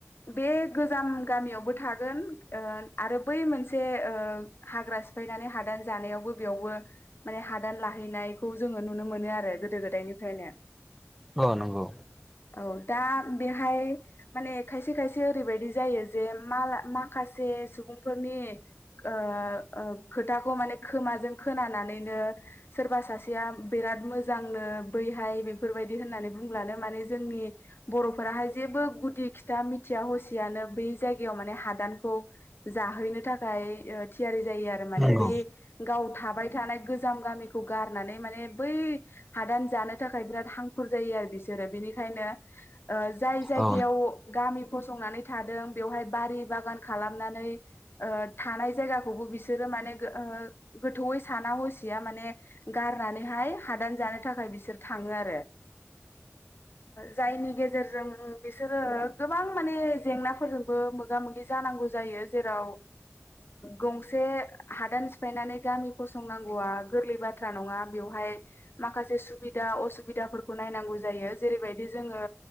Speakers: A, on the left; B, in the centre.
A: बे गोजाम गामियावबो थागोन आरो बै मोन से ओ हाग्रा सिफायनानै हादान जानायावबो बेयावबो माने हादान लाहैनायखौ जोङो नुनो मोनो आरो गोदो गोदायनिफ्रायनो
B: औ नंगौ
A: औ दा बेहाय माने खायसे खायसे ओरैबायदि जायो जे माखासे सुबुंफोरनि ओ खोथाखौ माने खोमाजों खोनानानैनो सोरबा सासेया बिराद मोजांनो बैहाय बेफोरबायदि होननानै बुंलानो माने जोंनि बर'फोराहाय जेबो गुदि खिथा मिथिया हसियानो बै जायगायाव माने हादानखौ जाहैनो थाखाय थियारि जायो आरो माने
B: नंगौ
A: बे गाव थाबाय थानाय गोजाम गामिखौ गारनानै माने बै हादान जानो थाखाय बिराद हांखुर जायो बिसोरो बिनिखायनो जाय जायगायाव
B: औ
A: गामि फंनानै थादों बेयावहाय बारि बागान खालामनानै थानाय जायगा खौबो बिसोर माने गोथौैयै साना हसिया माने गारनानैहाय हादान जाहै जानो थाखाय बिसोर थाङो आरो जायनि गेजेरजों बिसोरो गोबां माने जेंनाफोरजोंबो मोगा मोगि जानांङो जायो जेराव गंसे हादान सिफायनानै गामि फसंनांगौआ गोरलै बाथ्रा नङा बेवहाय माखासे सुबिदा असुबिदाफोरखौ नायनांगौ जायो जेरैबायदि जोङो